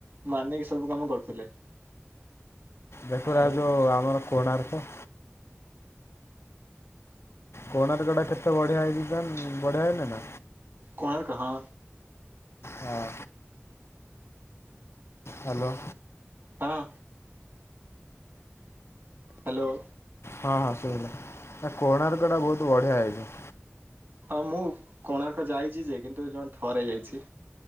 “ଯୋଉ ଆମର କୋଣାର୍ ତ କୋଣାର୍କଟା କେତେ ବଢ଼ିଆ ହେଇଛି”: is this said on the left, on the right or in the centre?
Left